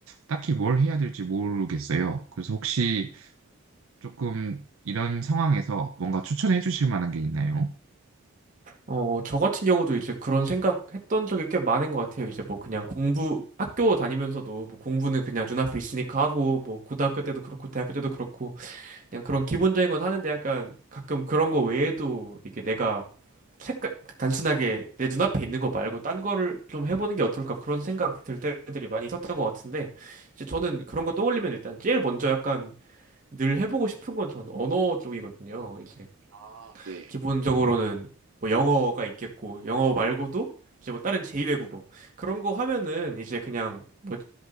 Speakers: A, on the right (about 75°); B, on the right (about 35°).
A: 딱히 뭘 해야 될지 모르겠어요. 그래서 혹시 조금 이런 상황에서 뭔가 추천해 주실 만한 게 있나요?
B: 어, 저 같은 경우도 이제 그런 생각했던 적이 꽤 많은 것 같아요. 이제 뭐 그냥 공부, 학교 다니면서도 뭐 공부는 그냥 눈앞에 있으니까 하고, 뭐 고등학교 때도 그렇고, 대학교 때도 그렇고, 그냥 그런 기본적인 건 하는데 약간 가끔 그런 거 외에도 이게 내가 색깔, 단순하게 내 눈앞에 있는 거 말고 딴 거를 좀 해보는 게 어떨까 그런 생각 들 때들이 많이 있었던 것 같은데, 이제 저는 그런 거 떠올리면 일단 제일 먼저 약간 늘 해보고 싶은 건 전 언어 쪽이거든요. 이제
A: 아, 네.
B: 기본적으로는 뭐 영어가 있겠고 영어 말고도 이제 뭐 다른 제2외국어 그런 거 하면은 이제 그냥 뭐